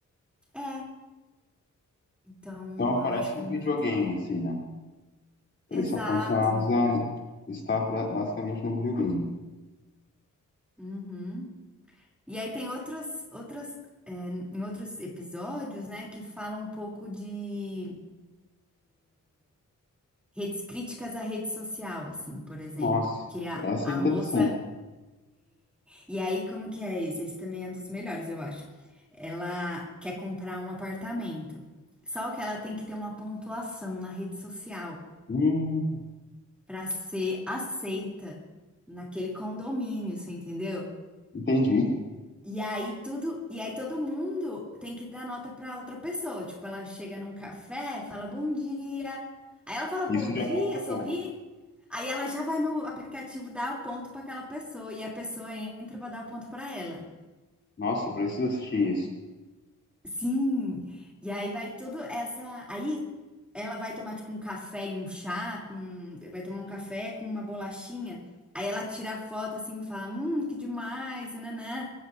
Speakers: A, in the centre; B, on the left.
A: é. Então
B: Então parece
A: eu acho que
B: um
A: é muito
B: videogame, assim, né? Eles
A: exato.
B: são condicionados a estar pra- basicamente no videogame.
A: Uhum. E aí tem outros outras, é, em outros episódios, né, que falam um pouco de redes críticas à rede social, assim, por exemplo,
B: Nossa,
A: que a,
B: essa
A: a
B: é interessante.
A: moça E aí, como que é esse? Esse também é um dos melhores, eu acho. Ela quer comprar um apartamento. Só que ela tem que ter uma pontuação na rede social
B: Hum,
A: para ser aceita naquele condomínio, você entendeu?
B: entendi.
A: E aí tudo, e aí todo mundo tem que dar nota para outra pessoa. Tipo, ela chega num café, fala bom dia. Aí ela fala
B: Isso
A: bom
B: já
A: dia,
B: conta
A: sorri.
B: ponto.
A: Aí ela já vai no aplicativo dar o ponto para aquela pessoa e a pessoa entra para dar o ponto para ela.
B: Nossa, eu preciso assistir isso.
A: Sim, e aí vai tudo essa. Aí ela vai tomar tipo um café e um chá, com... vai tomar um café com uma bolachinha. Aí ela tira a foto assim e fala: Hum, que demais, nanã.